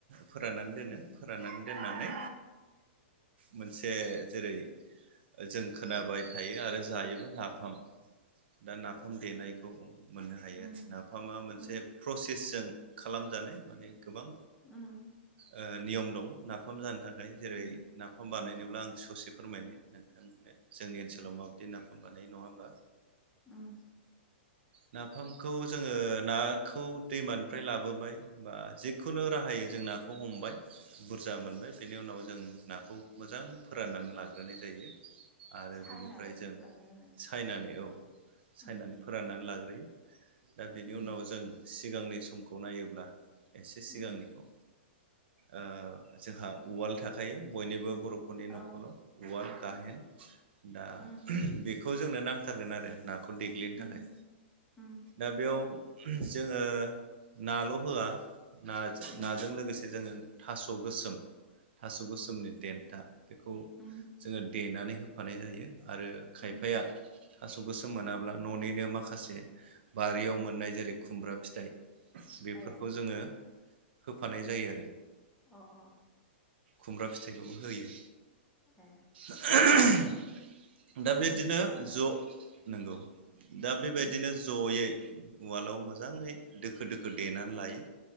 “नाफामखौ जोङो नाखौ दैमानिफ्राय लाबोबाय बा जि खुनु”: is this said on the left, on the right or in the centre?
Right